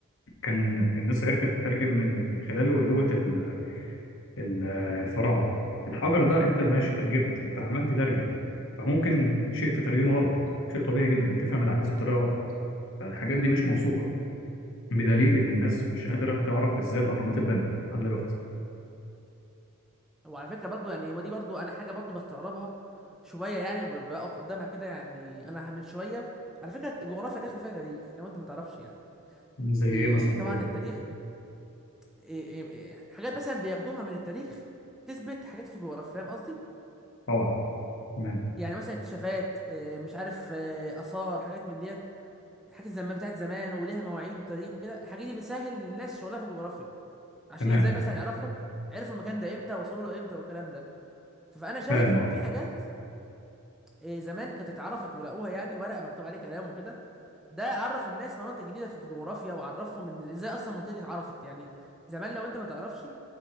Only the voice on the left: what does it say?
كان الناس عرفت تترجم من من خلاله لغة ال- ال- الفراعنة الحجر ده انت ماشي ترجمت انت عمال تترجم فممكن شيء تترجمه غلط شيء طبيعي جدا تفهم الأحداث بطريقة غلط فالحاجات دي مش موثوقة بدليل إن الناس مش قادرة تعرف إزاي الأهرامات اتبنت لحد دلوقتي
زي
إيه مثلا
قول لي
أه تمام
تمام
فاهم أه